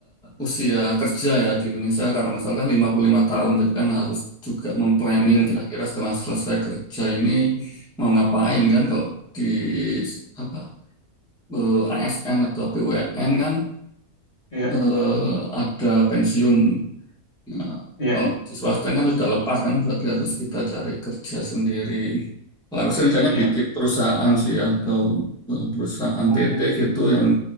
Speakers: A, in the centre; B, on the left (about 35°).
A: usia kerja ya di Indonesia. Kalau misalkan lima puluh lima
B: Ya,
A: tahun, jadi kan harus juga memplanning
B: ya,
A: kira-kira setelah selesai kerja ini mau ngapain kan kalau di apa eh, ASN atau BUMN kan
B: ya,
A: eh, ada pensiun. Nah,
B: ya,
A: kalau di swasta kan sudah lepas kan berarti harus kita cari kerja sendiri. Kalau aku sih rencananya
B: ya.
A: bikin perusahaan sih atau eh, perusahaan
B: Oh,
A: PT gitu yang